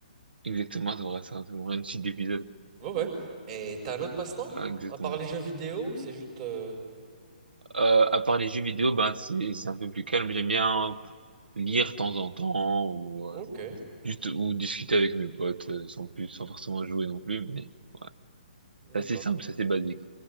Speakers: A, on the right; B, on the right.
A: exactement, ça devrait, ça devrait une suite d'épisodes,
B: Ouais, ouais. Et t'as un autre passe-temps?
A: Ah, Exactement.
B: À part les jeux vidéo, ou c'est juste... euh,
A: Euh, à part les jeux vidéo, ben c'est c'est un peu plus calme. J'aime bien lire de temps en temps ou
B: Ok,
A: euh, juste ou discuter avec mes potes euh, sans plus, sans forcément jouer non plus. Mais ouais,
B: d'accord.
A: c'est assez simple, c'est assez basique.